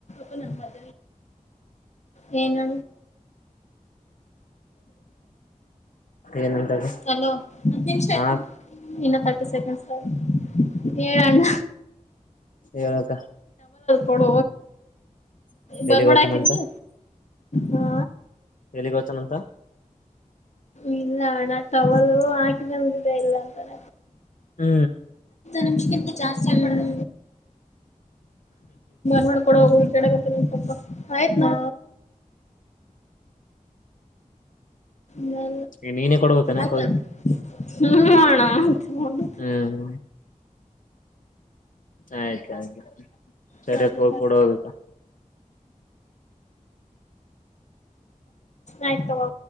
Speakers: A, on the left; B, on the left.
A: ಹ <inaudible> ಏನು
B: ಏನಂತಕ್ಕ
A: ಹಲೋ ಹತ್ತು ನಿಮಷ
B: ಹಾ
A: ಇರು ಇನ್ನು ತರ್ಟಿ ಸೆಕೆಂಡ್ ಆಯ್ತೆ ಹೇಳಣ್ಣ
B: ಹೇಳಕ್ಕ
A: ಕೊಡ ಬರ್ಮೋ
B: ಎಲ್ಲಿಗ್ ಹೋಗ್ತಾನಂತ
A: ಹಾಕಿದಿಲ್ಲ ಹಾ
B: ಎಲ್ಲಿಗೆ ಹೋಗ್ತಾನಂತ
A: ಇಲ್ಲ ಅಣ್ಣ ಟವಲು ಹಾಕ ಮಲ್ ದಡ ಇಲ್ಲ ಅಂತನ
B: ಹ್ಮ್
A: ನಿಮಿಷಕ್ಕಂತ ಜಾಸ್ತಿ ಮಾಡವು ಮಾಡಕೊಡ ಹೋಗ ಕೆಕತ್ತಂತಪ್ಪ ಆಯ್ತ್ನಾ ಮ
B: ಈಗ ನೀನೇ ಕೊಡ್ಬೇಕನಕ್
A: ಆತ್ತ
B: ಹೋಗಿ
A: ಹ್ಮ ಮಾಡಣ ಮಡ
B: ಹ್ಮ್ ಆಯ್ತು ಆಯ್ತು ಸರಿಯಕ್ಕೆ
A: ಸರಿ
B: ಹ ಕೂಡ ಹಬೇಕ
A: ಆಯ್ತಲ